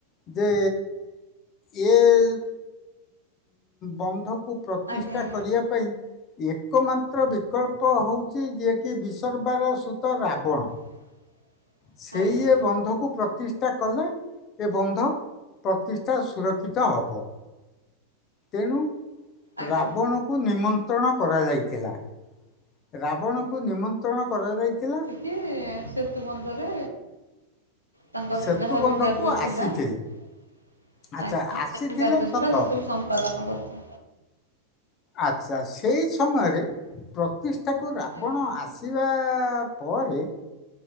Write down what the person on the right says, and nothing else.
ଆଜ୍ଞା
<inaudible>
ଆଜ୍ଞା ଆଜ୍ଞା
ଆଜ୍ଞା
କି ସେତୁ ବନ୍ଧରେ ତାଙ୍କର
ଯାହାବି
କାର୍ଯ୍ୟ ଥିଲା
<unintelligible>
କାର୍ଯ୍ୟ
ଥିଲା ସେ ସବୁ ସ <unintelligible>
ଆଜ୍ଞା